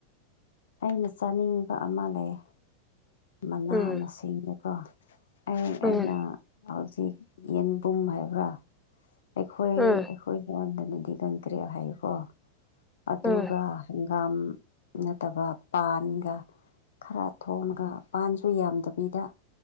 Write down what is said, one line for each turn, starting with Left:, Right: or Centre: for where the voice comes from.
Left: ꯑꯩꯅ ꯆꯥꯅꯤꯡꯕ ꯑꯃ ꯂꯩꯌꯦ ꯃꯅꯥ
Centre: ꯎꯝ
Left: ꯃꯁꯤꯡꯗꯀꯣ ꯑꯩ
Centre: ꯎꯝ
Left: ꯑꯩꯅ ꯍꯧꯖꯤꯛ ꯌꯦꯟꯕꯨꯝ ꯍꯥꯏꯕ꯭ꯔꯥ ꯑꯩꯈꯣꯏ ꯑꯩꯈꯣꯏ
Centre: ꯎꯝ
Left: ꯌꯣꯟꯗꯅꯗꯤ ꯀꯟꯗ꯭ꯔꯦ ꯍꯥꯏꯀꯣ ꯑꯗꯨꯒ
Centre: ꯎꯝ
Left: ꯍꯪꯒꯥꯝ ꯅꯠꯇꯕ ꯄꯥꯟꯒ ꯈꯔ ꯊꯣꯡꯉꯒ ꯄꯥꯟꯁꯨ ꯌꯥꯝꯗꯕꯤꯗ